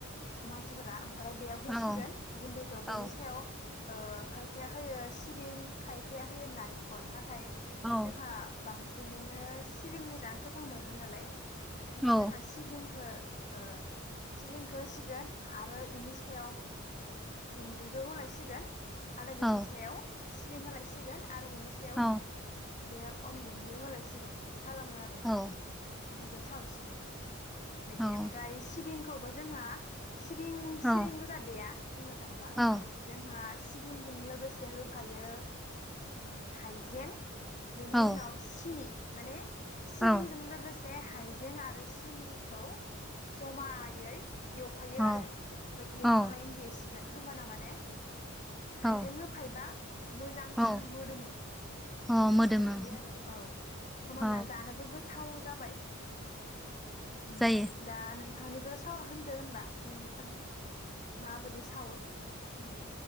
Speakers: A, on the left; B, in the centre.
A: मानसिफोरा आरो बेयाव होसिगोन
B: औ
A: गुन्दैखौ
B: औ
A: बेनि सायाव ओ खायफाया होयो सिबिं खायफाया होयो नारेंखल नाथाय
B: औ
A: जोंहा बां सिनिनो सिबिंनि जानो गोथाव मोनो नालाय ओखायनो
B: औ
A: जोंहा सिबिंखो ओ सिबिंखो होसिगोन आरो इनि सायाव गुन्दैखौ होलायसिगोन आलो बेनि
B: औ
A: सायाव सिबिं होलायसिगोन आरो बिनि सायाव
B: औ
A: बे अन गुन्दैखौ होलायसिगोन बिदि खालामो आरो
B: औ
A: बिखो सावसिगोन।
B: औ
A: बिदि ओमफ्राय सिबिं खौबो जोंहा सिबिं
B: औ
A: सिबिं गोजा देया। बुंनो थाङोबा
B: औ
A: जोंहा सिबिंजों लोगोसे होफायो उम हाइजें बेनि
B: औ
A: उनाव सिनि माने सिबिंजों
B: औ
A: लोगोसे हाइजें आरो सिनिखौ जमायै एवफायो
B: औ
A: आरो ओमफ्राय एवखांनायनि
B: औ
A: देसि गोन होनोमबाना माने
B: औ
A: हाइजें होफायोबा मोजांसिन
B: औ
A: मोदोमो
B: औ मोदोमो
A: बिदि आरो औ होमबाना
B: औ
A: जानोबो गो थाव जाबाय। उम
B: जायो
A: दा नों। थांनिखौ सावरा होनदो होनबा नोंथां मा सावो नोंसा उम